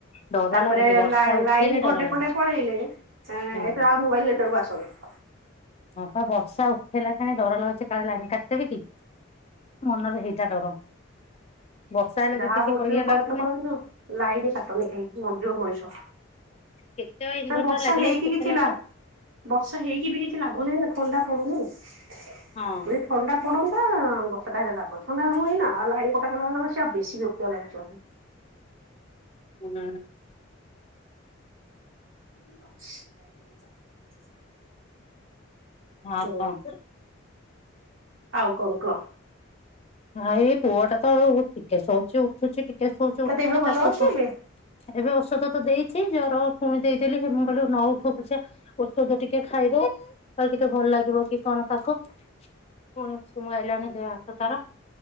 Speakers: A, on the left; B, on the right.
A: ଡର
B: ତାପରେ
A: ଲାଗୁଛି ବର୍ଷା
B: ଲା
A: ଉଠେଇଲେ
B: ଲାଇନ
A: ଡର
B: ଘଣ୍ଟେ
A: ଲାଗୁଛି
B: ଖଣ୍ଟେ ପଳେଇଲେ ଏ
A: ହୁଁ
B: ଏଥର ଆଉ ମୋବାଇଲ ଲେଟରକୁ ଆସୁନି। <inaudible>
A: ହଁପା ବର୍ଷା ଉଠେଇଲା ସେଣି ଡର ଲାଗୁଛି କାଳେ ଲାଇନ କାଟିଦେବେ କି ମନରେ ହେଇଟା, ଡର। ବର୍ଷା ହେଲେ
B: ଯାହା
A: ଯେତିକି
B: ହଉଛି
A: କହି ହେଲା
B: କର
A: ଖୁନି
B: ତୁ କରନ୍ତୁ। ଲାଇନ କାଟନି କେହି। ମରିଯିବ ମଣିଷ।
A: କେତେ ବା ଇନଭଟର
B: ତ ବର୍ଷା
A: ଲାଗିଲା
B: ହେଇକି
A: କେତେ
B: କିଛି
A: ଲାଗେ
B: ଲା। ବର୍ଷା ହେଇକି ବି କିଛି ଲାଭ ନାହିଁ ନା। ଥଣ୍ଡା ହେଲେ <unintelligible>
A: ହଁ
B: ଏ ଥଣ୍ଡା ପଡନ୍ତା। ବର୍ଷା ଟା ହେଲା ଲାଭ। ଥଣ୍ଡା ହୁଏ ନା, ଆଉ ଲାଇନ କଟାଉ ସ ବେଶୀ ବିରକ୍ତି ଲାଗିଛନ୍ତି।
A: <inaudible> ଉ ନା
B: <inaudible>
A: ଆଉ
B: ହ।
A: କଣ
B: ଆଉ କଅ କ।
A: ନା। ଏଇ ପୁଅ ଟା ତ। ଟିକେ ଶଉଛି ଉଠୁଛି। ଟିକେ ଟିକେ ଶୋଉଚି ଉଠୁଛି।
B: ତା ଦେହ ଭଲ
A: ତାକୁ
B: ଅଛି
A: କଣ
B: ଏବେ?
A: ଏବେ ଔଷଧ ଦେଇଛି। ଜର ପୁଣି ଦେଇଦେଲି। ମୁ କହିଲି ନ ଉଠୁପଛେ, ଔଷଧ ଟିକେ ଖାଇଦଉ। କହଲେ ଟିକେ ଭଲ ଲାଗିବ, କି କଣ ତାକୁ। ପୁଣି ଉସୁମୁ ଆଇଲାଣି ଦେହ ହାତ ତାର।